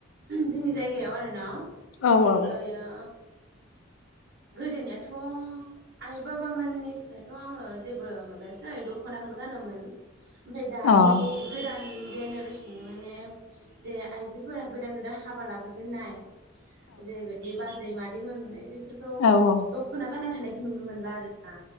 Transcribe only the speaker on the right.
जोंनि जायगायाव आरोना
ओयो गोदोनियाथ' आइ बाबामोननि दाथ' आङो जेबो माबायासै दख'नाखोनो गानोमोन ओमफाय दानि
गोदान जेनेरेसननि माने जे आइजोफोरा गोदान गोदान हाबा लाबोजेननाय जेरैबायदि बाजै मादै मोनै बिसोर
दखना गानना थानायखौ नुनो मोनला आरोना।